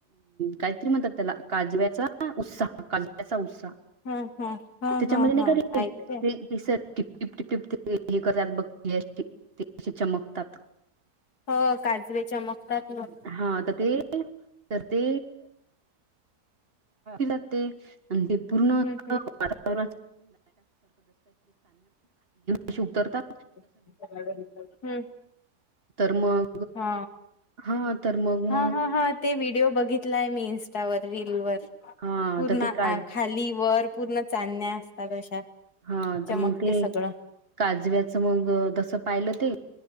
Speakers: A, on the right; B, on the left.
A: काहीतरी म्हणतात त्याला काजव्या उत्साह काचा उत्साह
B: हा हा हा
A: त्याच्यामध्ये
B: हा हा
A: नाही
B: ऐकते
A: दिसत. टिपटिप टिपप हे करतात बघ चमकतात.
B: हो काजवेच्या चमकतात मग
A: हा तर ते तर ते लागते आणि ते पूर्ण
B: हम् हम्
A: वातावरन <unintelligible>
B: <unintelligible>
A: तर मग
B: हा
A: हा तर मग
B: हा
A: मग
B: हा हा ते वि व्हिडिओ बघितलाय मी इंस्टावर. रील वर.
A: हा
B: पूर्ण
A: तर ते का
B: अ खाली वर पूर्ण चांण्या असतात अशा
A: हा
B: चमकते
A: तर मग ते
B: सगळं
A: काजव्याचं मग कस पाहिलं ते